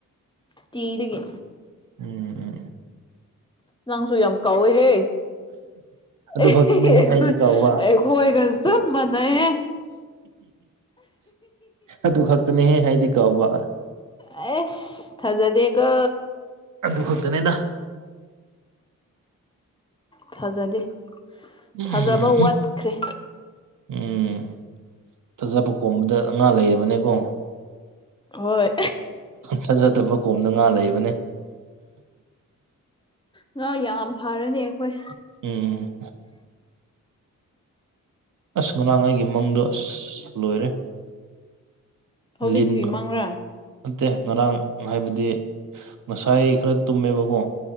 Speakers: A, on the left; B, on the right.
A: ꯆꯤꯗꯒ
B: ꯎꯝ ꯎꯝ
A: ꯅꯪꯁꯨ ꯌꯥꯝ ꯀꯥꯎꯋꯦꯍꯦ
B: ꯑꯗꯨ
A: ꯑꯦꯈꯣꯏ
B: ꯈꯛꯇꯅꯦꯍꯦ ꯍꯥꯏꯗꯤ ꯀꯥꯎꯕ
A: ꯑꯩꯈꯣꯏꯒ ꯆꯠ ꯃꯥꯟꯅꯩꯍꯦ
B: ꯑꯗꯨ ꯈꯛꯇꯅꯦꯍꯦ ꯍꯥꯏꯗꯤ ꯀꯥꯎꯕ
A: ꯑꯦꯁ ꯊꯖꯅꯦꯀ
B: ꯑꯗꯨ ꯈꯛꯇꯅꯦꯗ
A: ꯊꯥꯖꯗꯦ
B: ꯎꯝ
A: ꯊꯥꯖꯕ ꯋꯥꯠꯈ꯭ꯔꯦ
B: ꯎꯝ ꯐꯖꯕ ꯀꯣꯝꯕꯗ ꯉꯉꯥ ꯂꯩꯔꯤꯕꯅꯦꯀꯣ
A: ꯍꯣꯏ
B: ꯊꯥꯖꯗꯕ ꯀꯣꯝꯗ ꯉꯥ ꯂꯩꯕꯅꯦ
A: ꯉꯥ ꯌꯥꯝ ꯐꯔꯅꯤ ꯑꯩꯈꯣꯏ
B: ꯎꯝ ꯑꯁ ꯉꯔꯥꯡ ꯑꯩꯒꯤ ꯃꯪꯗꯣ ꯑꯁ ꯂꯣꯏꯔꯦ
A: ꯍꯧꯖꯤꯛꯇꯤ
B: ꯂꯤꯟ
A: ꯃꯪꯔꯥ
B: ꯅꯠꯇꯦ ꯉꯔꯥꯡ ꯍꯥꯏꯕꯗꯤ ꯉꯁꯥꯏ ꯈꯔ ꯇꯨꯝꯃꯦꯕꯀꯣ